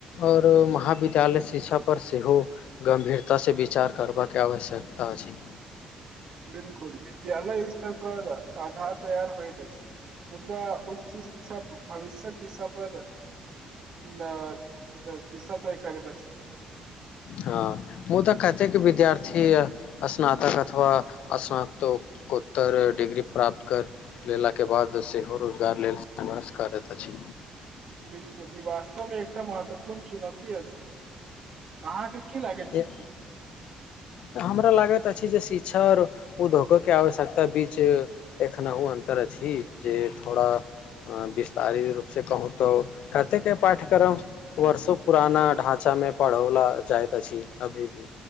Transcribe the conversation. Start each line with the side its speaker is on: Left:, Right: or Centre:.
Left: और महाविद्यालय शिक्षा पर सेहो गम्भीरता से विचार करबा के आवश्यकता अछि।
Right: बिल्कुल विद्यालय स्तर पर आधार तैयार होएत अछि, मुद्दा उच्च शिक्षा भविष्यक दिशा पर ना अ दिशा तय करैत अछि।
Left: हां मुदाऽ कतेक विद्यार्थी स्नातक अथवा स्नातोकोत्तर डिग्री प्राप्त कर लेलाके बाद सेहो रोजगार लेल संघर्ष करैत अछि।
Right: बिल्कुल ई वास्तवमे एकटा महत्वपूर्ण चुनौती अछि। अहाँके की लागैत छ
Left: ए-
Right: छी।
Left: तऽ हमरा लागैत अछि जे शिक्षा और उद्योगोके आवश्यकता बीच एखनहु अन्तर अछि जे थोड़ा अ विस्तारित रूप से कहूँ त कतेके पाठ्यक्रम वर्षो पुराना ढाँचामे पढ़ौला जायत अछि अभी भी